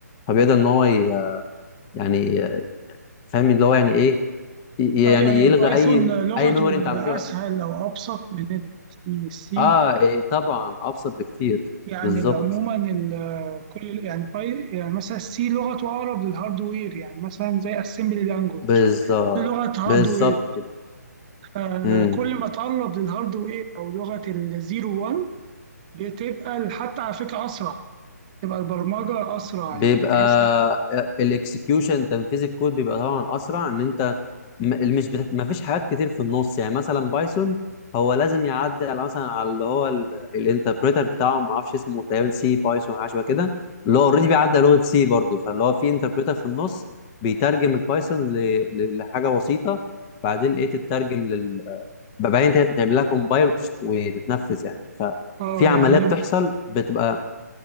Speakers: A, on the left; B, on the right.
A: فبيقدر ان هو ي- يعني فاهم اللي هو يعني ايه ي-
B: ايوه
A: يعني
B: ايوه
A: يلغى
B: بايثون
A: اي
B: لغته
A: اي ميموري انت عملته
B: اسهل
A: له.
B: او ابسط من السي السي
A: اه إيه طبعا ابسط بكتير
B: يعني
A: بالظبط
B: ال- عموما ال- كل يعني باي يعني مثلا السي لغته اقرب للهاردوير يعني مثلا زي اسمبلي لانجوج
A: بالظبط
B: دي لغه هاردوير
A: بالظبط كده
B: آه،
A: إمم.
B: كل ما تقرب للهاردوير او لغه الزيرو 1 بتبقى ال- حتى على فكره اسرع تبقى البرمجه اسرع
A: بيبقى
B: يعني انت مثلا
A: الاكسكيوشن تنفيذ الكود بيبقى طبعا اسرع ان انت م- مش بت... ما فيش حاجات كتير في النص يعني مثلا بايثون هو لازم يعدي على مثلا على اللي هو الانتربريتر بتاعه ما اعرفش اسمه تقريبا سي بايثون حاجه شبه كده اللي هو اوريدي بيعدي على لغه سي برضه فاللي هو في انتربريتر في النص بيترجم البايثون ل... ل- لحاجه بسيطه بعدين ايه تترجم لل بعدين ت- تعمل لها كومبايل وتشت... وتتنفذ يعني ففي
B: اه
A: عمليه
B: يعني
A: بتحصل بتبقى